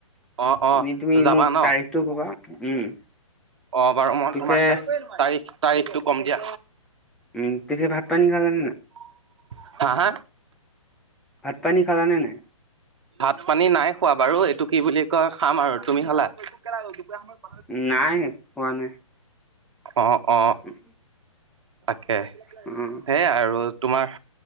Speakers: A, on the right; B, in the centre.
A: অ অ
B: এনেই তুমি
A: যাবা
B: মোক
A: ন
B: তাৰিখটো ক'বা, উম।
A: অ', বাৰু মই
B: পিছে
A: তোমাক তাৰিখ- তাৰিখটো কম দিয়া।
B: উম পিছে ভাত পানী খালানে নাই?
A: <unintelligible> হা, হা।
B: ভাত-পানী খালানে নাই?
A: ভাত-পানী নাই খোৱা বাৰু, এইটো কি বুলি কয় খাম আৰু তুমি খালা?
B: নাই, খোৱা নাই।
A: অ', অ'।
B: উম।
A: তাকে।
B: উম।
A: সেয়া আৰু তোমাৰ